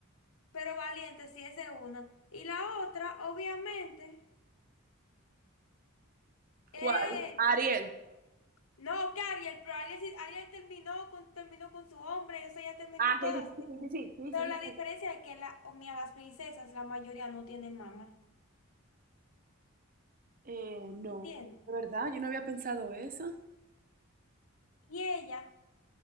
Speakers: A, on the left; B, on the right.
A: pero valiente, sí, esa es una. Y la otra, obviamente, es
B: ¿Cuál? Ariel.
A: No, que Ariel, pero Ariel, sí- Ariel terminó con, terminó con su hombre, o sea, ya terminó
B: Ah,
A: todas.
B: sí, sí, sí,
A: tienen.
B: sí, sí, sí,
A: Pero
B: sí. sí.
A: la diferencia es que la, o mira, las princesas, la mayoría no tienen mamá,
B: Eh, no,
A: ¿entiendes?
B: de verdad, yo no había pensado eso.
A: Y ella